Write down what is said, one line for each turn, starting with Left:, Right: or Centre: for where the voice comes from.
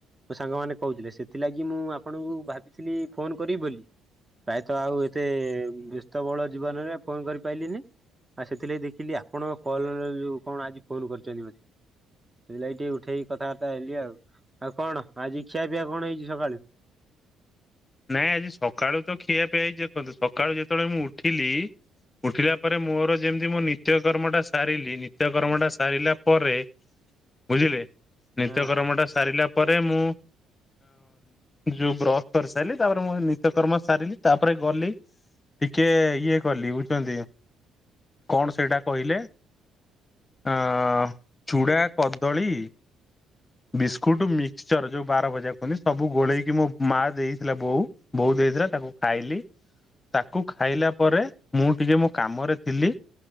Right: ମୋ ସାଙ୍ଗମାନୋନ କହୁଥିଲେ ସେଥିଲାଗି ମୁଁ ଆପଣଙ୍କୁ ଭାବିଥିଲି ଫୋନ କରିବି ବୋଲି। ପ୍ରାୟତଃ ଆଉ ଏତେ ବ୍ୟସ୍ତ ବହୁଳ ଜୀବନରେ ଫୋନ କରିପାରଲିିନି। ଆଉ ସେଥିଲାଗି ଦେଖିଲି ଆପଣଙ୍କ କଲ ଯୋଉ କଣ ଆଜି ଫୋନ କରିଛନ୍ତି ମତେ। ସେଇ ଲାଗି ଟିକେ ଉଠେଇକି କଥାବାର୍ତ୍ତା ହେଲି ଆଉ। ଆଉ କଣ ଆଜି ଖିଆ ପିଆ କଣ ହେଇଛି ସକାଳୁ?
Left: ନାଇଁ ଆଜି ସକାଳୁ ତ ଖିଆ ପିଇଆ ହେଇଛି ଦେଖନ୍ତୁ, ସକାଳୁ ଯେତେବେଳେ ମୁଁ ଉଠିଲି ଉଠିଲା ପରେ ମୋର ଯେମିତି ମୁଁ ନିତ୍ୟ କର୍ମଟା ସାରିଲି, ନିତ୍ୟ କର୍ମଟା ସାରିଲା ପରେ ବୁଝିଲେ? ନିତ୍ୟ
Right: ହଁ।
Left: କର୍ମ ଟା ସାରିଲା ପରେ ମୁଁ ଯୋଉ ବ୍ରସ୍ କରି ଲି, ତାପରେ ମୁଁ ନିତ୍ୟକର୍ମ ସାରିଲି ତାପରେ ଗଲି ଟିକେ ଇଏ କଲି ବୁଝଛନ୍ତି କଣ ସେଇଟା କହିଲେ ଅ ଚୁଡ଼ା, କଦଳୀ ବିସ୍କୁଟ ମିକ୍ସଚର ଯୋଉ ବାର ମଜା କୁହନ୍ତି ସବୁ ଗୋଳେଇକି ମୋ ମା ଦେଇ ଥିଲା ବୋଉ, ବୋଉ ଦେଇଥିଲା ତାକୁ ଖାଇଲି। ତାକୁ ଖାଇଲା ପରେ ମୁଁ ଟିକେ ମୋ କାମରେ ଥିଲି।